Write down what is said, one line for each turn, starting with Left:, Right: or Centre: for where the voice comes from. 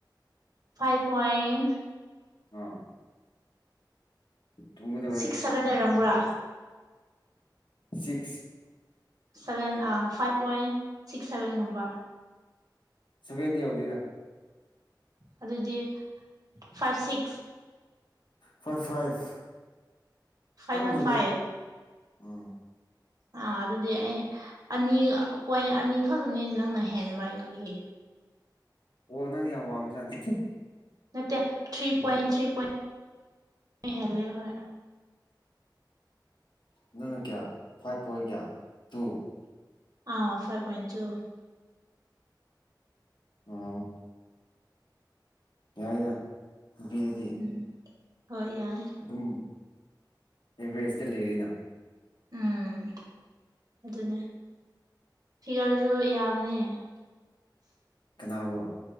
Right: ꯐꯥꯏꯚ ꯄꯣꯏꯟ
Left: ꯑꯥ ꯊꯨꯝꯒꯗꯧꯔꯦ
Right: ꯁꯤꯛꯁ ꯁꯚꯦꯟ ꯂꯩꯔꯝꯕ꯭ꯔꯥ
Left: ꯁꯤꯛꯁ
Right: ꯁꯚꯦꯟ ꯑꯥ ꯐꯥꯏꯚ ꯄꯣꯏꯟ ꯁꯤꯛꯁ ꯁꯚꯦꯟꯒꯨꯝꯕ
Left: ꯁꯥꯚꯦꯟꯗꯤ ꯌꯧꯗꯦꯗ
Right: ꯑꯗꯨꯗꯤ five six
Left: four five ꯈꯤꯇꯪ
Right: five ꯋꯥꯟ
Left: ꯍꯦꯜꯂꯤ
Right: ꯐꯥꯏꯚ
Left: ꯎꯝ
Right: ꯑꯥ ꯑꯗꯨꯗꯤ ꯑꯩ ꯑꯅꯤ ꯄꯣꯏꯟ ꯑꯅꯤꯈꯛꯅꯤ ꯅꯪꯅ ꯍꯦꯟꯕ ꯑꯩꯉꯣꯟꯗꯒꯤ
Left: ꯑꯣ ꯅꯪ ꯌꯥꯝ ꯋꯥꯡꯕꯖꯥꯠꯅꯤ
Right: ꯅꯠꯇꯦ ꯊ꯭ꯔꯤ
Left: ꯑꯗꯨꯗꯤ
Right: ꯄꯣꯏꯟ ꯊ꯭ꯔꯤ ꯄꯣꯏꯟ ꯍꯦꯜꯂꯦ ꯍꯣꯏ
Left: ꯅꯪꯅ ꯀꯌꯥ ꯐꯥꯏꯚ ꯄꯣꯏꯟ ꯀꯌꯥ ꯇꯨ
Right: ꯑꯥ ꯐꯥꯏꯚ ꯄꯣꯏꯟ ꯇꯨ
Left: ꯎꯝ ꯌꯥꯏꯗ ꯅꯨꯄꯤꯗꯗꯤ
Right: ꯎꯝ ꯍꯣꯏ ꯌꯥꯏ
Left: ꯑꯗꯨꯝ ꯑꯦꯚꯔꯦꯁꯇ ꯂꯩꯔꯦꯅ
Right: ꯎꯝ ꯑꯗꯨꯅꯦ ꯐꯤꯒꯔꯁꯨ ꯌꯥꯕꯅꯦ
Left: ꯀꯅꯥꯕꯣ